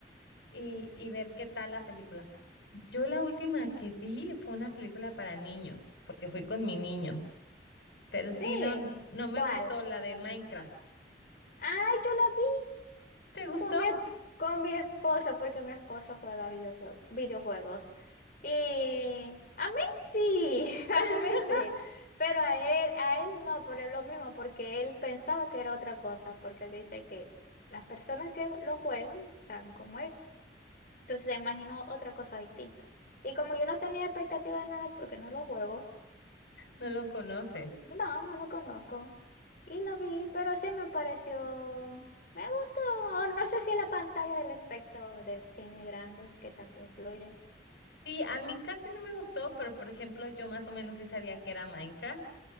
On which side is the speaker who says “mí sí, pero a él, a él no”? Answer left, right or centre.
Left